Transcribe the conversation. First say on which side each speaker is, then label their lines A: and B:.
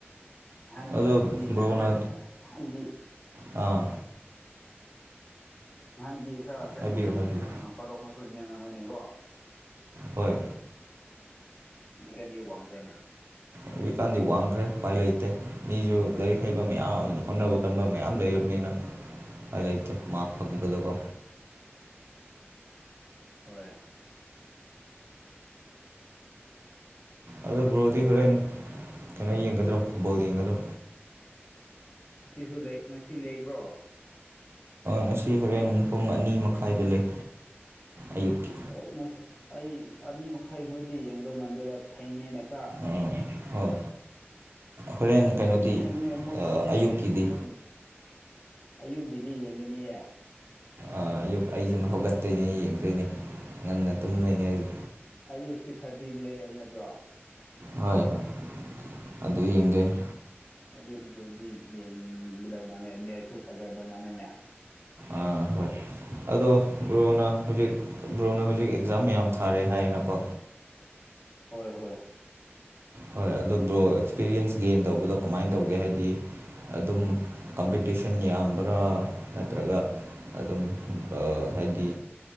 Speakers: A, on the left (about 40°); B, on the right (about 65°).
A: ꯑꯍꯟ
B: ꯑꯗꯣ
A: ꯈꯔꯗꯤ
B: ꯕ꯭ꯔꯣꯅ
A: ꯅꯍꯥꯟꯅ ꯅꯍꯥꯟꯗꯤ
B: ꯑꯥ
A: ꯑꯍꯥꯟꯗꯤ ꯈꯔ ꯀꯩꯅꯣ
B: ꯍꯥꯏꯕꯤꯌꯨ ꯍꯥꯏꯕꯤꯌꯨ
A: ꯑꯥ ꯀꯠꯑꯣꯐ ꯀꯨꯝꯕꯁꯨ ꯅꯦꯝꯃꯝꯒꯅꯤꯀꯣ
B: ꯍꯣꯏ
A: ꯍꯧꯖꯤꯛꯀꯟꯗꯤ ꯋꯥꯡꯈ꯭ꯔꯦꯅ
B: ꯍꯧꯖꯤꯛꯀꯥꯟꯗꯤ ꯋꯥꯡꯈ꯭ꯔꯦ ꯎꯄꯥꯏ ꯂꯩꯇꯦ ꯃꯤꯖꯨ ꯂꯥꯏꯔꯤꯛ ꯍꯩꯕ ꯃꯌꯥꯝ ꯍꯣꯠꯅꯕ ꯀꯟꯕ ꯃꯌꯥꯝ ꯂꯩꯔꯕꯅꯤꯅ ꯎꯄꯥꯏ ꯂꯩꯇꯦ ꯃꯔꯛ ꯄꯪꯕꯗꯀꯣ
A: ꯍꯣꯏ
B: ꯑꯗꯣ ꯕ꯭ꯔꯣꯗꯤ ꯍꯣꯔꯦꯟ ꯀꯩꯅꯣ ꯌꯦꯡꯒꯗ꯭ꯔꯣ ꯕꯣꯜ ꯌꯦꯡꯒꯗ꯭ꯔꯣ
A: ꯁꯤꯁꯨ ꯂꯩ ꯉꯁꯤ ꯂꯩꯕ꯭ꯔꯣ
B: ꯉꯁꯤ ꯍꯣꯔꯦꯟ ꯄꯨꯡ ꯑꯅꯤ ꯃꯈꯥꯏꯗ ꯂꯩ ꯑꯌꯨꯛꯀꯤ
A: ꯑꯦ ꯉꯁꯤ ꯑꯩ ꯑꯅꯤ ꯃꯈꯥꯏ ꯒꯨꯝꯕꯗꯤ ꯌꯦꯡꯗꯧ ꯃꯥꯟꯗꯦꯗ ꯊꯦꯡꯉꯦꯅꯦ ꯈꯔ
B: ꯎꯝ ꯍꯣꯏ ꯍꯣꯔꯦꯟ ꯀꯩꯅꯣꯗꯤ
A: ꯌꯥꯝ ꯊꯦꯡꯉꯦ ꯃꯣꯏ
B: ꯑꯥ ꯑꯌꯨꯛꯀꯤꯗꯤ
A: ꯃꯣꯏꯒꯤ ꯑꯌꯨꯛꯀꯤꯗꯤ ꯌꯦꯡꯒꯅꯤꯌꯦ
B: ꯑꯥ ꯑꯌꯨꯛ ꯑꯩꯖꯨ ꯍꯧꯒꯠꯇꯣꯏꯅꯦ ꯌꯦꯡꯗꯣꯏꯅꯦ ꯉꯟꯅ ꯇꯨꯝꯗꯣꯏꯅꯦ ꯑꯩꯖꯨ
A: ꯑꯩꯖꯦ ꯁꯤꯛꯁ ꯊꯥꯔꯇꯤꯗ ꯂꯩꯌꯦ ꯍꯥꯏꯕ ꯅꯠꯇ꯭ꯔꯣ
B: ꯍꯣꯏ ꯍꯣꯏ ꯑꯗꯥ ꯌꯦꯡꯗꯣꯏꯅꯦ
A: ꯑꯗꯨꯗꯨꯗꯤ ꯌꯦꯡꯒꯗꯧꯕ ꯃꯥꯜꯂꯦ ꯅꯦꯠꯁꯨ ꯐꯁꯖꯗꯧ ꯃꯥꯜꯂꯦꯅꯦ
B: ꯑꯥ ꯍꯣꯏ ꯑꯗꯣ ꯕ꯭ꯔꯣꯅ ꯍꯧꯖꯤꯛ ꯕ꯭ꯔꯣꯅ ꯍꯧꯖꯤꯛ ꯑꯦꯛꯖꯥꯝ ꯃꯌꯥꯝ ꯊꯥꯔꯦ ꯍꯥꯏꯌꯦꯅꯀꯣ
A: ꯍꯣꯏ ꯍꯣꯏ
B: ꯍꯣꯏ ꯑꯗꯣ ꯕ꯭ꯔꯣ ꯑꯦꯛꯁꯄꯤꯔꯤꯌꯦꯟꯁ ꯒꯦꯟ ꯇꯧꯕꯗꯣ ꯀꯃꯥꯏꯅ ꯇꯧꯒꯦ ꯍꯥꯏꯗꯤ ꯑꯗꯨꯝ ꯀꯝꯄꯤꯇꯤꯁꯟ ꯌꯥꯝꯕ꯭ꯔꯥ ꯅꯠꯇ꯭ꯔꯒ ꯑꯗꯨꯝ ꯑꯥ ꯍꯥꯏꯗꯤ